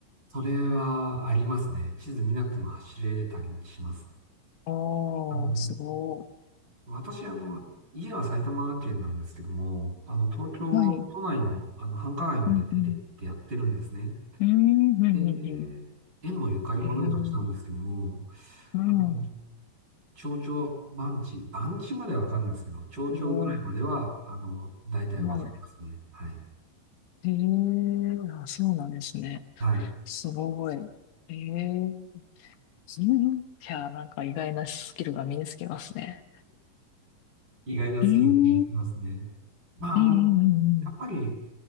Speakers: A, on the right; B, on the left.
A: それはありますね。地図見なくても走れたりします。
B: <laughs> おー、
A: あの
B: すご
A: 私、あの、家は埼玉県なんですけども、あの、東京都内の、
B: い。はい。
A: あの繁華街まで出て行ってやってるんですね。
B: うんうん。うーん、うん、
A: で、
B: うん、うん。
A: 縁もゆかりもない土地なんですけども、
B: えーうん。
A: あの、町長、番地、番地まではわかんないですけど、町長ぐらいまでは、
B: おー、
A: あの、大体わかりますね。
B: はい。
A: はい。
B: えーあ、そうなんですね。
A: <laughs> はい。
B: すごい。ええ、うん。いや、なんか意外なスキルが身につけますね。
A: 意外なスキルも見えてきますね。
B: うーん、うん、
A: まあ、
B: うん、
A: あの、
B: う
A: やっぱり、
B: ん、